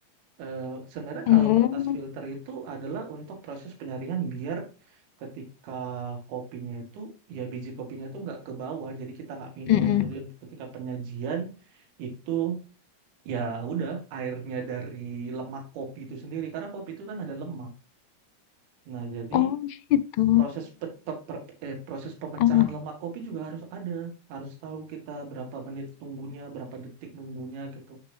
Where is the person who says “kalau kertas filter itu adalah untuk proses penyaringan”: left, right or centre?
Right